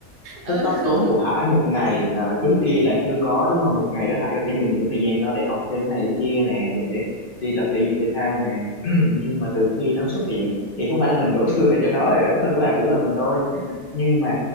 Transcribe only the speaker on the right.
ừ
<laughs>
Ừm,
ừm,